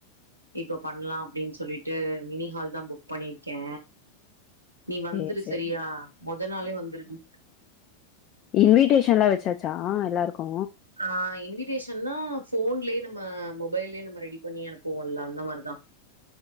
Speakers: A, on the right; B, on the left.
A: இப்ப பண்லா அப்டின் சொல்லிட்டு மினி ஹால்தா புக் பண்ணியிருக்கே நீ வந்துரு
B: சேரி சேரி.
A: சரியா மொத நாளே வந்துருடி
B: இன்விடேஷன்லா வெச்சாச்சா எல்லாருக்கு
A: ஆ இன்விடேஷன்னா ஃபோன்லயே நம்ம மொபைல்லே நம்ம ரெடி பண்ணி அனுப்புவோ இல்ல அந்த மாரிதா